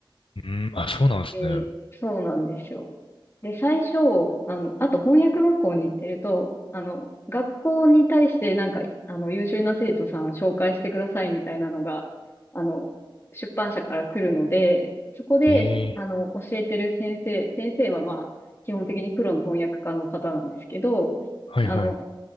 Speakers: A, on the left; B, on the left.
A: うん、あ、そうなんですね。
B: で、そうなんですよ。で、最初、あの、あと翻訳学校に行ってると、あの、学校に対してなんか、あの、優秀な生徒さん紹介してくださいみたいなのが、あの、出版社から来るので、そこで、
A: ええ
B: あの、教えてる先生、先生はまあ、基本的にプロの翻訳家の方なんですけど、
A: はいはい。
B: あの、